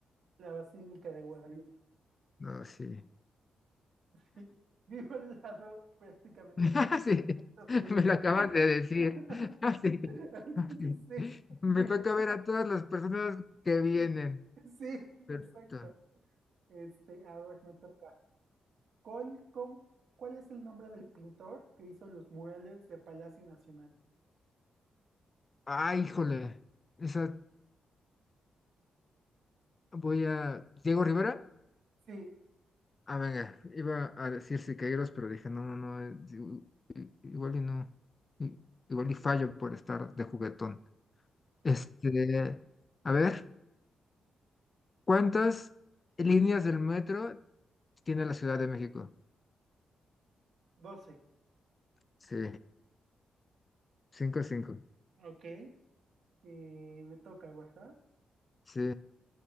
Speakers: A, on the right; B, on the left.
A: La Basílica de Guadalupe.
B: No, sí. <laughs>
A: <laughs> Sí, vivo al lado prácticamente
B: Ah,
A: como a
B: Sí,
A: 15 minutos de ella.
B: me lo acabas de decir.
A: <laughs>
B: <laughs> Ah, Sí.
A: Entonces,
B: Ah, sí.
A: sí,
B: Me toca ver a todas las personas que vienen.
A: sí,
B: Perfecto.
A: exacto. Este, a ver, me toca. ¿Cuál, cómo- cuál es el nombre del pintor que hizo los murales de Palacio Nacional?
B: Ah, híjole. Esa voy a... ¿Diego Rivera?
A: Sí,
B: Ah, venga, iba a decir Siqueiros, pero dije, no, no, no, eh, digo, i- igual y no, i- igual y fallo por estar de juguetón. Este, a ver, ¿cuántas líneas del metro tiene la Ciudad de México?
A: doce
B: Sí, cinco, cinco.
A: Ok. Eh, me toca, ¿verdad?
B: Sí,